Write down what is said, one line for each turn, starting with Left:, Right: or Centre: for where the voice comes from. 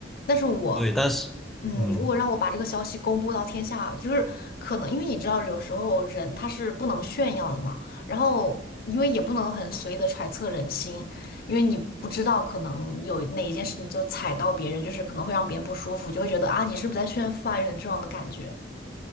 Left: 但是我，
Centre: 对，但是嗯。
Left: 嗯，如果让我把这个消息公布到天下，就是可能因为你知道，有时候人他是不能炫耀的嘛，然后因为也不能很随意的揣测人心，因为你不知道可能有哪一件事情就踩到别人，就是可能会让别人不舒服，就会觉得啊，你是不是在炫富啊，有点这样的感觉。